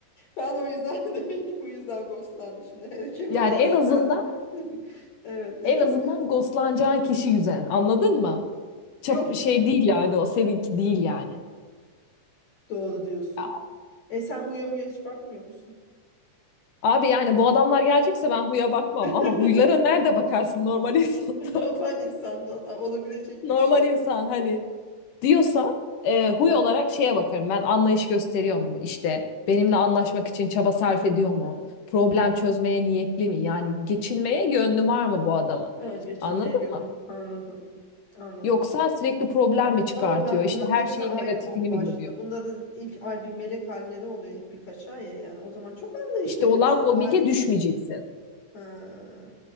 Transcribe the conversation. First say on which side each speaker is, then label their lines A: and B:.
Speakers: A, on the left; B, on the left.
A: ben o yüzden <laughs> demek ki bu yüzden ghostlandım. Şimdi Harry Cavill
B: Yani
A: gelse
B: en azından
A: ben de <laughs> evet dedim
B: en azından
A: ki
B: ghostlanacağın kişi güzel. Anladın mı? Çap
A: yok
B: şey değil yani o seninki değil yani.
A: doğru diyorsun.
B: Ya,
A: E sen huya muya hiç bakmıyor musun?
B: Abi yani bu adamlar gelecekse ben huya bakmam
A: <laughs>
B: ama huylara nerede bakarsın normal <laughs> insanda?
A: Normal insanda hata olabilecek
B: Normal
A: bir şey.
B: insan hani diyorsan e, huy olarak şeye bakarım ben anlayış gösteriyor mu İşte benimle anlaşmak için çaba sarf ediyor mu
A: Hı.
B: problem çözmeye niyetli mi yani geçinmeye yönlü var mı bu adamın
A: Ha, geçinmeye
B: anladın
A: gönlüm
B: mı
A: anladım. Anladım.
B: yoksa sürekli problem mi çıkartıyor
A: Ama bak
B: İşte
A: bunların hepsi
B: her şeyin
A: aynı
B: negatifini
A: bok başta.
B: mi görüyor
A: Bunların ilk ay bir melek halleri oluyor ilk birkaç ay ya. Yani o zaman çok anlayışlı
B: İşte
A: hepsi.
B: olan mobbinge
A: Harika.
B: düşmeyeceksin
A: Ha.